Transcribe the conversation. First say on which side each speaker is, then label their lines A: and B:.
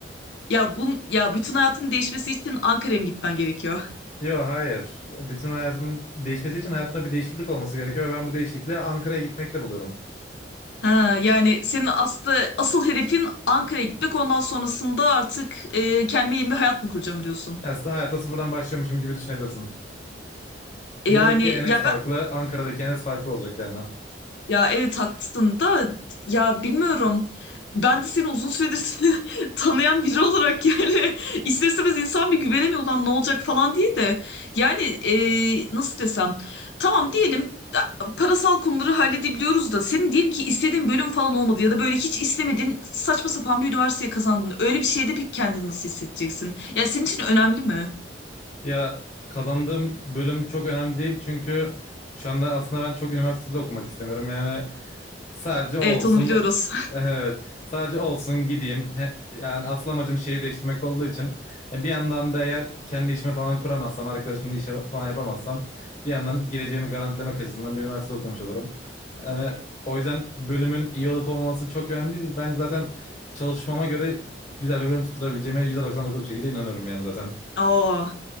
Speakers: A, on the left; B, on the left.
A: Ya bun ya bütün hayatının değişmesi için Ankara'ya mı gitmen gerekiyor?
B: Yok hayır. Bütün hayatım değişmesi için hayatımda bir değişiklik olması gerekiyor ve ben bu değişikliği Ankara'ya gitmekte buluyorum.
A: Ha yani senin aslı asıl hedefin Ankara'ya gitmek ondan sonrasında artık e, kendime yeni bir hayat mı kuracağım diyorsun.
B: Yani aslında hayata sıfırdan başlıyormuşum gibi düşünebilirsin.
A: E,
B: Buradaki
A: yani
B: Enes
A: ya
B: farklı,
A: ben
B: Ankara'daki Enes farklı olacak yani.
A: Ya evet haklısın da ya bilmiyorum. Ben de seni uzun süredir <laughs> tanıyan biri olarak yani <laughs> ister istemez insan bir güvenemiyor ulan ne olacak falan diye de. Yani e, nasıl desem tamam diyelim da- parasal konuları halledebiliyoruz da senin diyelim ki istediğin bölüm falan olmadı ya da böyle hiç istemediğin saçma sapan bir üniversiteye kazandın. Öyle bir şeyde pek kendini nasıl hissedeceksin? Ya senin için önemli mi?
B: Ya kazandığım bölüm çok önemli değil çünkü şu anda aslında ben çok üniversitede okumak istemiyorum. Yani Sadece olsun.
A: Evet onu biliyoruz.
B: Evet. Sadece olsun gideyim. He- yani asıl amacım şehirleştirmek olduğu için e, bir yandan da eğer kendi işimi falan kuramazsam, arkadaşımla işe falan yapamazsam bir yandan geleceğimi garantilemek açısından bir üniversite okumuş olurum. Yani o yüzden bölümün iyi olup olmaması çok önemli değil. Ben zaten çalışmama göre güzel bir bölüm tutturabileceğime %99 bir şekilde inanıyorum yani zaten.
A: <laughs> Aa.